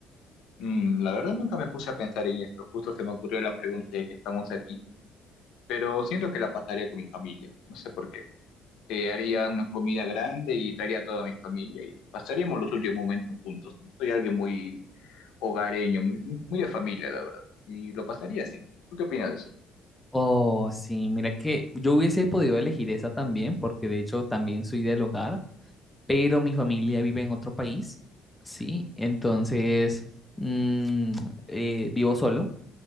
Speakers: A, on the left (about 75°); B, in the centre.
A: Mm, la verdad nunca me puse a pensar en esto, justo se me ocurrió la pregunta de que estamos aquí, pero siento que la pasaría con mi familia, no sé por qué. Eh, haría una comida grande y traería a toda mi familia y pasaríamos los últimos momentos juntos. ¿no? Soy alguien muy hogareño, muy, muy, muy de familia, la verdad, y lo pasaría así. ¿Tú qué opinas de eso?
B: Oh, sí, mira que yo hubiese podido elegir esa también, porque de hecho también soy del hogar, pero mi familia vive en otro país, ¿sí? Entonces, mm, eh, vivo solo.